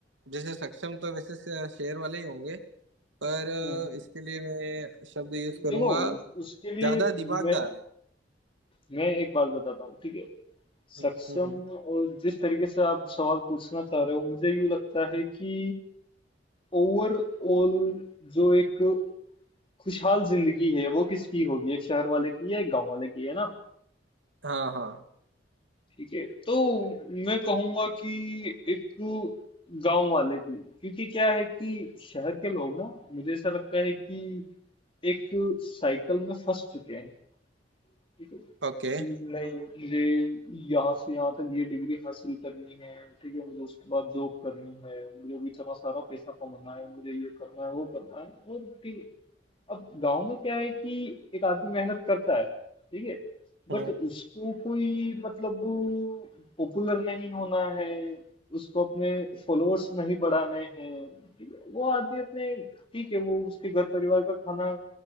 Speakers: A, on the right; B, on the left.
A: जैसे सक्षम तो वैसे श- शेर वाले ही होंगे पर
B: हम्म।
A: अ, इसके लिए मैं शब्द यूज करूंगा
B: देखो उसके लिए
A: ज्यादा दिमागदार
B: मैं मैं एक बात बताता हूँ ठीक है
A: हम्म
B: सक्षम
A: हम्म हम्म।
B: और जिस तरीके से आप सवाल पूछना चाह रहे हो मुझे यूँ लगता है कि ओवरऑल जो एक खुशहाल जिंदगी है वो किसकी होगी एक शहर वाले की या एक गांव वाले की है ना
A: हाँ हाँ
B: ठीक है तो मैं कहूंगा कि एक गांव वाले की क्योंकि क्या है कि शहर के लोग ना मुझे ऐसा लगता है कि एक साइकिल में फंस चुके हैं ठीक है कि
A: ओके
B: नहीं मुझे यहाँ से यहाँ तक ये डिग्री हासिल करनी है ठीक है मुझे उसके बाद जॉब करनी है मुझे भी इतना सारा पैसा कमाना है मुझे ये करना है वो करना है और ठीक है अब गांव में क्या है कि एक आदमी मेहनत करता है ठीक है बट
A: हम्म
B: उसको कोई मतलब पॉपुलर नहीं होना है उसको अपने फॉलोअर्स नहीं बढ़ाने हैं ठीक है वो आदमी अपने ठीक है वो उसके घर परिवार का खाना